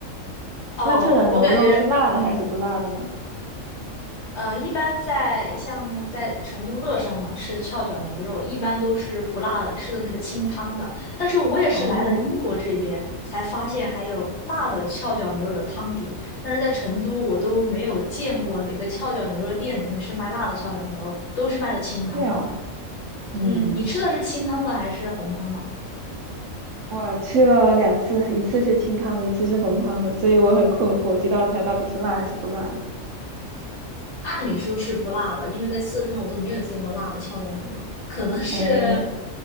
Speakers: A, on the left; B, on the right.
A: 哦，
B: 那翘脚牛肉是辣的还是不辣的呢？
A: 我感觉嗯。呃，一般在像在成都乐山嘛，吃翘脚牛肉一般都是不辣的，吃的那个清汤的。但是我也是来了英国这边才发现还有辣的翘脚牛肉的汤底，
B: 哦，
A: 但是在成都我都没有见过哪个翘脚牛肉店里面是卖辣的翘脚牛肉，都是卖的清汤的。
B: 这样啊，嗯。
A: 嗯，你吃的是清汤的还是红汤的？
B: 我吃了两次，一次是清汤的，一次是红汤的，所以我很困惑，这道菜到底是辣还是不辣的。
A: 按理说是不辣的，因为在四川我都没有见过辣的跷脚牛肉，可能是，
B: 哦，